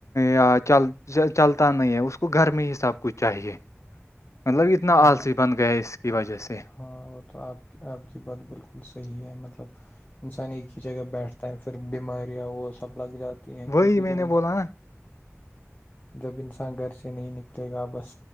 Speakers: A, on the left; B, on the left.
A: یا چل چلتا نہیں ہے اس کو گھر میں ہی سب کچھ چاہیے مطلب اتنا
B: ہاں
A: آلسی بن گیا اس کی وجہ سے
B: ہاں وہ تو آپ ک آبپ کی بات بالکل صحیح ہے مطلب انسان ایک ہی جگہ بیٹھتا ہے پھر بیماریاں وہ سب لگ جاتی ہیں کیونکہ
A: وہی میں
B: جب
A: نے
B: ان
A: بولا نا
B: جب انسان گھر سے نہیں نکلے گا بس